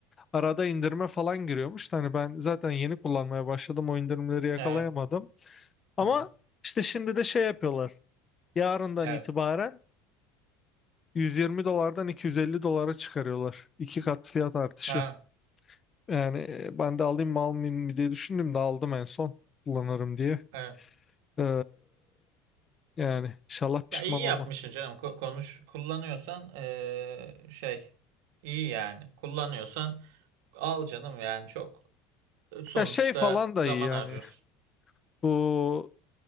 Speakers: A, on the left (about 15°); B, on the right (about 80°).
A: Arada indirme falan giriyormuş. Hani ben zaten yeni kullanmaya başladım. O indirimleri yakalayamadım.
B: Evet.
A: Ama
B: Hı hı.
A: işte şimdi de şey yapıyorlar. Yarından
B: Evet.
A: itibaren 120 dolardan 250 dolara çıkarıyorlar. İki kat fiyat artışı.
B: Ha,
A: Yani e, ben de alayım mı almayayım mı diye düşündüm de aldım en son kullanırım diye.
B: evet.
A: Ee, yani inşallah pişman
B: Ya iyi
A: olma.
B: yapmışsın canım. Ko- Konuş kullanıyorsan eee, şey iyi yani. Kullanıyorsan al canım yani çok e, sonuçta
A: Ya şey falan da
B: zaman
A: iyi yani.
B: harcıyorsun.
A: Bu